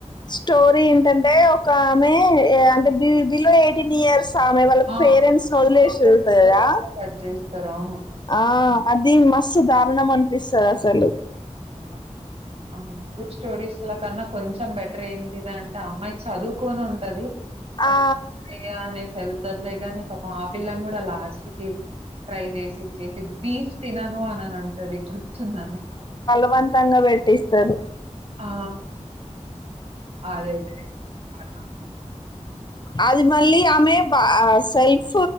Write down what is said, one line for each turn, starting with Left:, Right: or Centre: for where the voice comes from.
Left: స్టోరీ ఏంటంటే ఒక ఆమె అంటే బి బిలో ఎయిటీన్ ఇయర్స్ ఆమె వాళ్ళ
Right: ఆ
Left: పేరెంట్స్ ని వదిలేసి
Right: స్పీకర్
Left: వెళ్తాదా
Right: స్పీకర్స్ కింద కట్ చేస్తారు అవును
Left: ఆ అది మస్తు దారుణం అనిపిస్తుంది అసలు
Right: అ అనుకున్ ముగ్గురు స్టోరీస్ లో కన్నా కొంచెం బెటర్ ఏంటిది అంటే అమ్మాయి చదువుకొని ఉన్ కది
Left: ఆ
Right: అంటే ఆమె లే కానీ పాపం ఆ పిల్లని కూడా లాస్ట్ కి ట్రై చేసి చేసి బీఫ్ తినను అని అని అంటది స్తున్నాము ఎక్కువ
Left: బవంతంగా పెటిస్తారు
Right: ఆ అది అయితే బాధగా
Left: అది మళ్ళీ ఆమె బ సెల్ఫ్